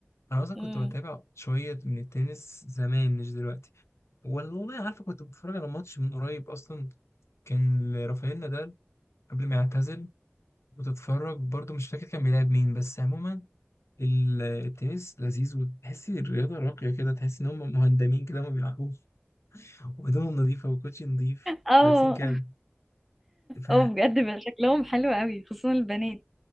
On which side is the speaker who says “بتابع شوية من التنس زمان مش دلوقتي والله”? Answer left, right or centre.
Left